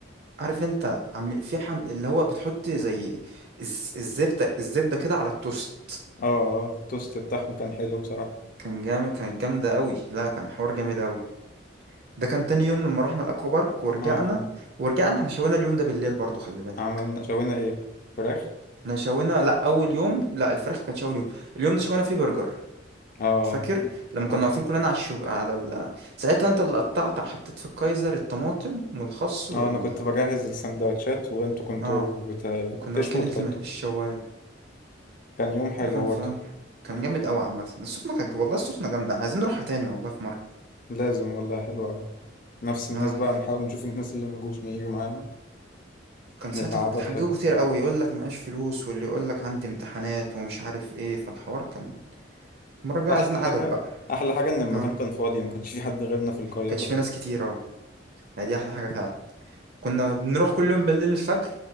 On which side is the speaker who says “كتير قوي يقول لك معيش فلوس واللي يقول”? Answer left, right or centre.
Right